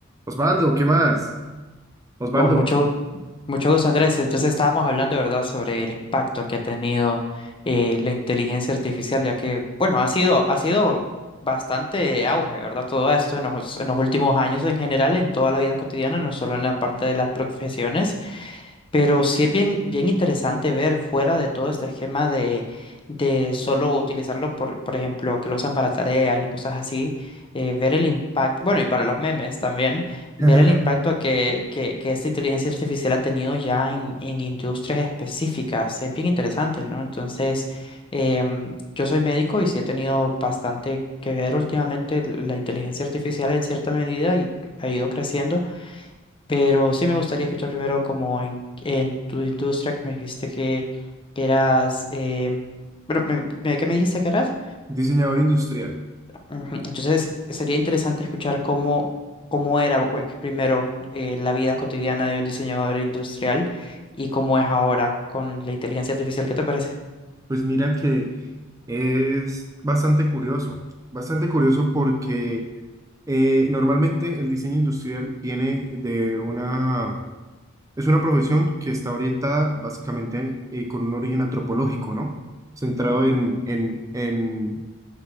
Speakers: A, on the right; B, on the left.
A: Osvaldo, ¿qué más? Osvaldo,
B: Con mucho, gu- mucho gusto, Andrés. Entonces estábamos hablando, ¿verdad?, sobre el impacto que ha tenido eh, la inteligencia artificial, ya que, bueno, ha sido, ha sido bastante auge, ¿verdad? Todo esto en los, en los últimos años en general, en toda la vida cotidiana, no solo en la parte de las profesiones. Pero sí es bien, bien interesante ver fuera de todo este esquema de, de solo utilizarlo, por, por ejemplo, que lo usan para tareas y cosas así, eh, ver el impacto, bueno, y para los memes también, ver
A: <laughs>
B: el impacto que, que, que esta inteligencia artificial ha tenido ya en, en industrias específicas. Es bien interesante, ¿no? Entonces, em, yo soy médico y sí he tenido bastante que ver últimamente la inteligencia artificial en cierta medida y ha ido creciendo pero sí me gustaría escuchar primero como en, en tu industria que me dijiste que eras, eh, bueno, me, me- ¿qué me dijiste que eras?
A: diseñador industrial.
B: Ujú, Entonces sería interesante escuchar cómo, cómo era bueno, primero eh, la vida cotidiana de un diseñador industrial y cómo es ahora con la inteligencia artificial. ¿Qué te parece?
A: Pues mira que es bastante curioso, bastante curioso porque eh, normalmente el diseño industrial viene de una, es una profesión que está orientada básicamente eh, con un origen antropológico, ¿no? Centrado
B: Ujú,
A: en, en, en,